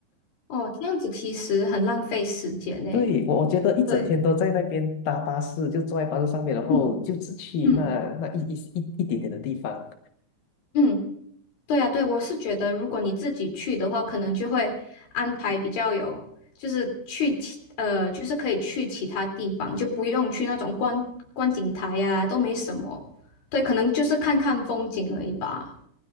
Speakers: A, on the left; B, on the left.
A: 哦，这样子其实很浪费时间呢。
B: <laughs> 对，我我觉得一整天都在那边搭巴士，
A: 对，
B: 就坐在巴士上面，然后就只去那那一一一一点点的地方。
A: 嗯嗯嗯，对呀，对，我是觉得如果你自己去的话，可能就会安排比较有，就是去其呃，就是可以去其他地方，就不用去那种观观景台呀、都没什么。对，可能就是看看风景而已吧。